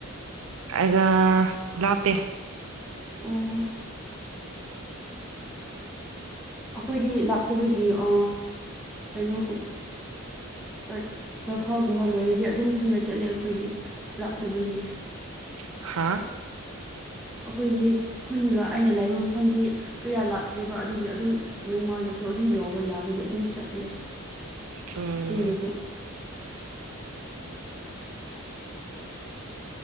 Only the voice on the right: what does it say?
ꯑꯩꯒ ꯂꯥꯞꯄꯦ
ꯍꯥꯥ
ꯎꯝ